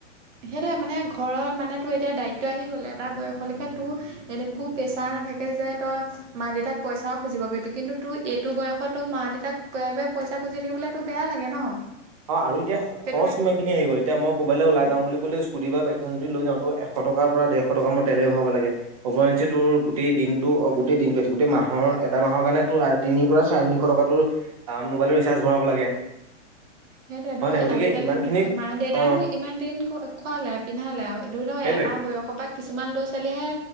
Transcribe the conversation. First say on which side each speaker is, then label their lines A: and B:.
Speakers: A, on the right; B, on the right.
A: সেইহ মানে ঘৰৰ মানে তো এতিয়া দায়িত্ব আহি গ'লে এটা বয়সলৈকে। তোৰ এনেকুৱো প্ৰেছাৰ নাথাকে যে তই মা দেউতাক পইচাও খুজিব পাৰিবি কিন্তু তোৰ এইটো বয়স। ত, তো মা দেউতাক ব পইচা খুজি থাকিবলৈতো বেয়া লাগে ন।
B: অ, আৰু এতিয়া
A: সেইটো
B: খৰচ
A: কাৰণে
B: কিমান খিনি আহি গল এতিয়া মই ক'বালে ওলাই
A: অ
B: যাও বুলি ক'লেই চোন। যদিবা বেগখন যদি লৈ যাওঁো এশ টকাৰ পৰা দেৰশ টকা মই তেলেই ভৰাব লাগে অপয়ঞ্চে তোৰ গোটেই দিনটো। গোটেই দ গোেই মাহৰ এটা মাহৰ কাৰণে তি পৰা চাৰতিনিশ টকা মোবাইলৰ ৰিচাৰ্জ ভ লাগে।
A: সেইটোয়ে
B: হয়
A: ধৰ
B: নাই গতিকে
A: আজিকালি
B: ইমানখিনি
A: মা দেউতানো
B: অ
A: ইমান দিন খুৱালে পিন্ধালে আৰু ধৰি লও।
B: সেইটোৱে
A: তাৰ বয়সৰ পৰা কিছুমান ল'ৰা ছোৱালীহে